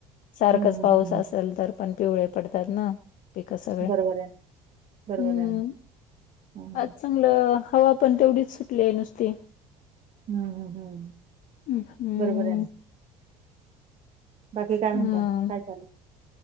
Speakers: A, on the left (about 60°); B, on the right (about 45°).
A: सारखच
B: हम्म हम्म
A: पाऊस
B: हम्म.
A: असेल, तर पण पिवळे पडतात ना, पिक सगळे
B: बरोबर आहे बरोबर
A: हम्म,
B: आहे ना हम्म
A: अच्छा तंगल हवा पण तेवढीच सुटली आहे नुसती.
B: हम्म हम्म हम्म
A: ह हम्म,
B: बरोबर आहे ना बाकी काय
A: हम्म
B: म्हणता काय चाललंय.